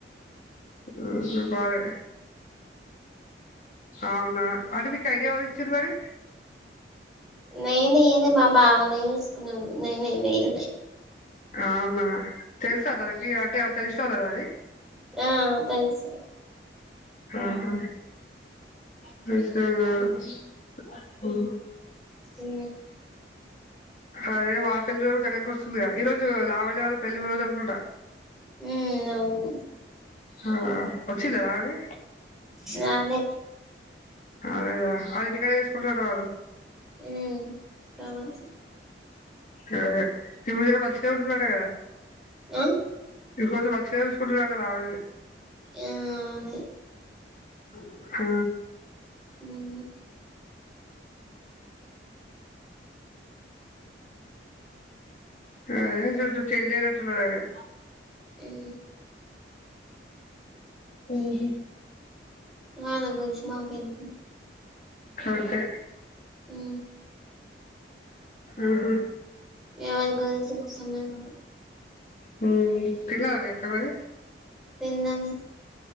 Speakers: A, on the left; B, in the centre.
A: రోజు బాయ్ అవునా అడవికి ఐడియా ఎవరిచ్చిరు మరి
B: నేనే మా మామనే చేసుకున్నా నేనే నేనే
A: అవునా తెలుసా తనకి అంటే ఆ తైష్ చాలదా అంది
B: ఆ తెలుస్
A: ఆహా చ్ అన ఉ
B: ఉ
A: అదే వాళ్ళ పెళ్లి రోజు కూడ దగ్గరకి వస్తుందిగా. ఈ రోజు లావణ్య వాళ్ల పెళ్ళి రోజు అనుకుంటా.
B: ఉ అవును
A: ఆ వచ్చింద రాత్రి
B: ననేే
A: అదేదా అరెటికాయ్ ఎసుకుంటర వారు
B: ము కావలసి
A: ఆ శివుడే వాళ్ళ శివుడు ఉండడు కదా
B: ఆ
A: నీకోసం మంచిగా చసుకుంట రాట వాళ్లు
B: యామే
A: ఉ హూ
B: ఉ
A: అ కొంచెం చేంజ్ అయినట్టున్నాడు కదా
B: ఏ
A: ఏది
B: వాళ్ళ గురించి మాకెందుకు
A: అయితే
B: ఉ
A: ఉహో
B: ఎవరి గురించి అవసరం లేదు
A: ఉమ్ తిన్నావా మీ అక్కమరి
B: తిన్నది